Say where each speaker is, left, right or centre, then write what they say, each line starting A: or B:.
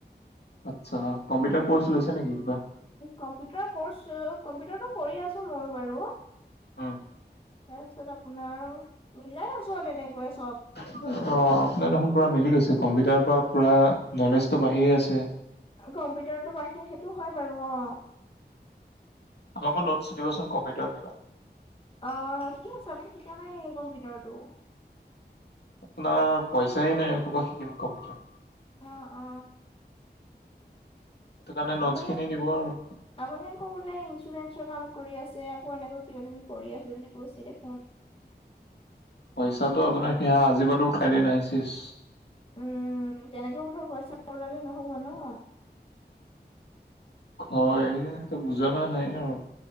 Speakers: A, on the left; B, on the left.
A: আচ্ছা কম্পিউটাৰ
B: উম,
A: কৰ্চ লৈছে নেকি কিবা?
B: কম্পিউটাৰ কৰ্চ কম্পিউটাৰটো কৰি আছো মইও বাৰু
A: অ
B: তাৰ পিছত আপোনাৰ মলাই আছো আৰু তেনেকুৱাই চব
A: অ আপোনাৰ দেখোন পুৰা মিলি গৈছে কম্পিউটাৰ পৰা পুৰা নলেজতো বাঢ়িয়ে আছে।
B: কম্পিউটাৰতো বাঢ়ি সেইটো হয় বাৰু অ
A: আমাকো নোটছ দিবচোন কম্পিউটাৰ কিবা
B: অ ঠিক আছে আপুনি শিকা নাই নে কম্পিউটাৰটো?
A: আপোনাৰ পইচাই নাই কৰপৰা শিকিম কম্পিউটাৰ।
B: অ অ
A: সেইটো কাৰণে নোটচ
B: আপুনি
A: খিনি দিব আৰু
B: আপুনি আকৌ বোলে ইঞ্চুৰেঞ্চৰ কাম কৰি আছে আকৌ এনেক কিবা কিবি কৰি আছে বুলি কৈছে দেখোন
A: পইচাটো আপোনাৰ সেয়া আজি পালো কাইলৈ নাই চেচ
B: উম তেনেকৈ ধৰ পইচা উৰুৱালে নহ'ব ন
A: হয় সেইটো বুজোৱা মানে নাই আৰু